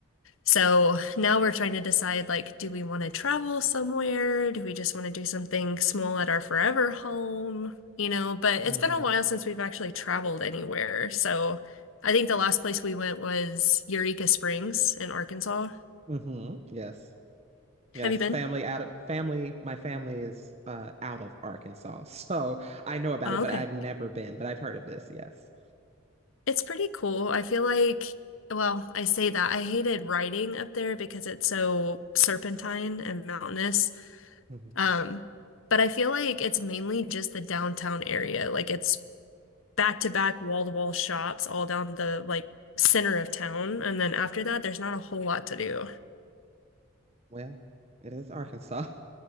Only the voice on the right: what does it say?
mhm,
mhm. Yes. Yes,
family out of family. My family is uh, out of Arkansas, <laughs> so I know about
it, but
I've never been. But I've heard of this. Yes.
Mhm.
Well, it is Arkansas. <laughs>